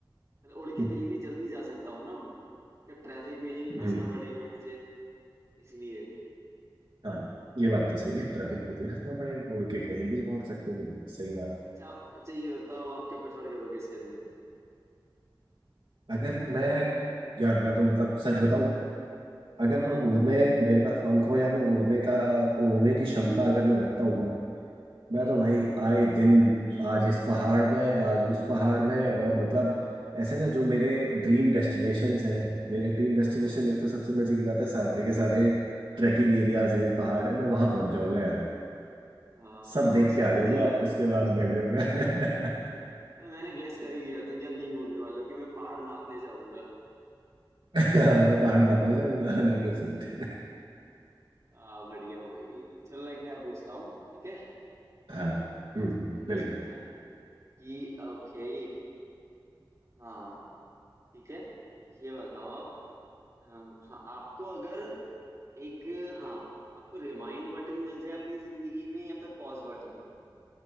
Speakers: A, on the right; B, on the right.
A: मतलब उड़ के
B: हम्म,
A: कहीं भी जल्दी जा सकता हूँ ना इतना ट्रैफिक में नहीं फंसना
B: हम्म,
A: पड़ेगा मुझे इसलिए
B: हाँ ये बात तो सही है ट्रैफिक में तो नहीं फंसना पड़ेगा उड़ के कहीं भी
A: हाँ
B: पहुंच सकते हो बिल्कुल सही बात
A: हाँ, अच्छा अच्छा ये बताओ आप क्या प्रेफर करोगे इसके अंदर
B: अगर मैं यार मैं तो मतलब सच बताऊं अगर
A: हाँ
B: मैं उड़ने मेरे पास पंख हो या मैं उड़ने का उड़ने की क्षमता अगर मैं रखता हूँ ना मैं
A: हाँ
B: तो
A: हाँ
B: भाई आए दिन आज इस पहाड़ में आज उस पहाड़ में और मतलब ऐसे ना जो मेरे ड्रीम डेस्टिनेशंस हैं मेरे ड्रीम डेस्टिनेशन
A: हाँ
B: एक तो सबसे मजे की बात है सारे के सारे ट्रैकिंग एरियाज हैं पहाड़ है मैं वहां पहुंच जाऊंगा यार
A: हाँ हाँ,
B: सब
A: मैं
B: देख
A: समझ
B: के आ जाऊंगा
A: ही गया था
B: उसके बाद बैठ जाऊंगा <laughs>
A: पर मैंने गैस कर ही लिया था कि आप यही बोलने वाले हो कि मैं पहाड़ नापने जाऊंगा
B: मैं पहाड़ में अपने जाऊंगा हंड्रेड परसेंट
A: आ, बढ़िया भाई चलो लाइक मैं पूछता हूँ ठीक है
B: हाँ हम्म,
A: कुछ
B: हम्म,
A: इंटरेस्टिंग
B: बिल्कुल
A: सा कि ओके हाँ ठीक है ये बताओ आप अ, हाँ आपको अगर एक हाँ आपको रिमाइंड बटन मिल जाए अपनी जिंदगी में या फिर पॉज बटन